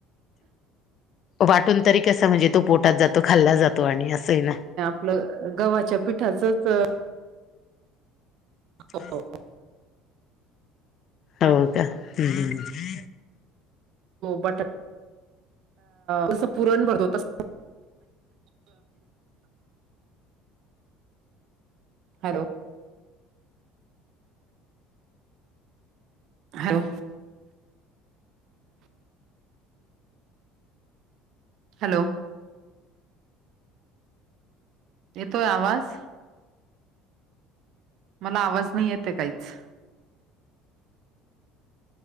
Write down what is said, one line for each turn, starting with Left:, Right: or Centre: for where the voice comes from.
Left: वाटून तरी कस म्हणजे तो पोटात जातो खाल्ला जातो आणि असं आहे ना
Right: आपलं गव्हाच्या पिठाचच हो
Left: हा
Right: आणि
Left: हो का हम् ह्
Right: बटर जस पुरण भरत तस हॅलो ह हॅलो येतोय आवाज मला आवाज नाही येते काहीच